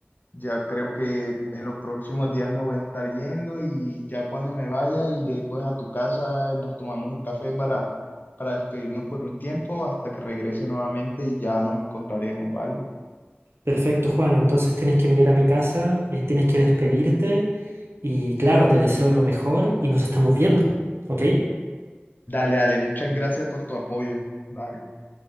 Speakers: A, on the left; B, on the right.
A: Ya creo que en los próximos días me voy a estar yendo y ya cuando me vaya iré pues a tu casa, nos tomamos un café para, para despedirnos por un tiempo hasta que regrese nuevamente y ya nos encontraremos, ¿vale?
B: Perfecto, Juan. Entonces tienes que venir a mi casa, eh, tienes que despedirte y claro, te deseo lo mejor y nos estamos viendo, ¿ok?
A: Dale, dale, muchas gracias por tu apoyo. Vale.